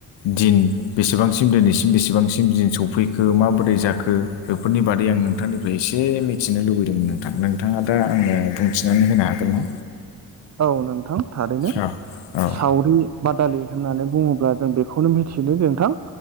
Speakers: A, on the left; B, on the right.
A: दिन बेसेबांसिम दिनैसिम बेसेबांसिम दिन सफैखो माबोरै जाखो बेफोरनि बादै आं नोंथांनिफ्राय एसे मिथिनो लुबैदोंमोन नोंथां नोंथाङा दा आङो बुंथिनानै होनो हागोन ना?
B: औ नोंथां थारैनो
A: औ औ
B: सावरि बादालि होननानै बुङो ब्ला जों बेखौनो मिथियो जे नोंथां